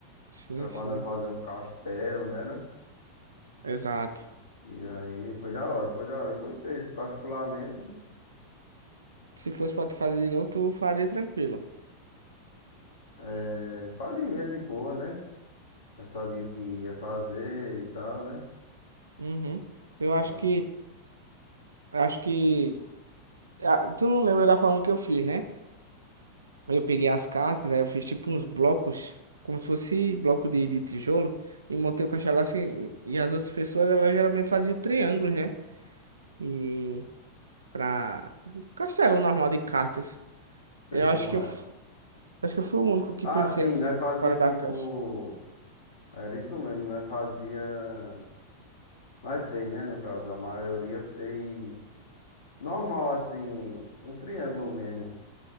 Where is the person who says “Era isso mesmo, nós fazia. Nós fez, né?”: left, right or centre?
Left